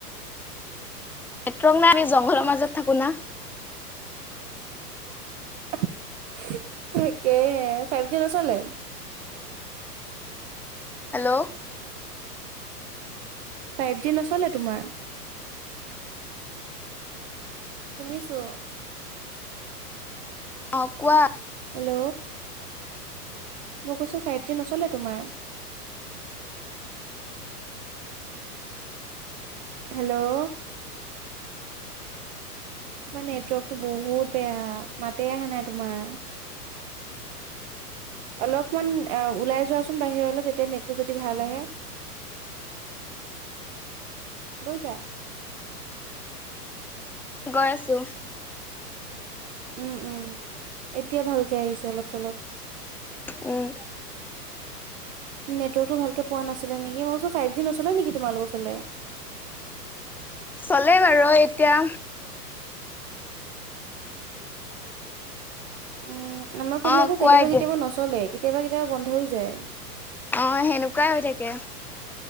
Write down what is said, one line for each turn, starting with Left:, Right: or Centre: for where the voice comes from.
Centre: নেটৱৰ্ক নাই, আমি জংঘলৰ মাজত থাকো না।
Right: <unintelligible> তাকেহে, ফাইভ জি নচলে?
Centre: হেল্ল।
Right: ফাইভ জি নচলে তোমাৰ? শুনিছো।
Centre: অ, কোৱা।
Right: হেল্ল। মই কৈছো ফাইভ জি নচলে তোমাৰ? হেল্লউ। তোমাৰ নেটৱৰ্কটো বহুত বেয়া, মাতে আহা নাই তোমাৰ। অলপমান ওলাই এ যোৱাচোন বাহিৰলে, তেতিয়া নেটটো যদি ভাল আহে। বুইছা।
Centre: গৈ আছো।
Right: উম, উম। এতিয়া ভালকে আহিছে অলপ-চলপ।
Centre: উম।
Right: নেটৱৰ্কটো ভালকে পোৱা নাছিলে নেকি? মই কৈছো ফাইভ জি নচলে নেকি তোমালোকৰ ফালে?
Centre: চলে বাৰু এতিয়া।
Right: উম, আমাৰ ফালে
Centre: অ
Right: আকৌ
Centre: কোৱা
Right: কেতিয়াবা
Centre: এতিয়া
Right: কেতিয়াবা নচলেই, কেতিয়াবা কেতিয়াবা বন্ধ হৈ যায়।
Centre: অ' সেনেকুৱাই হৈ থাকে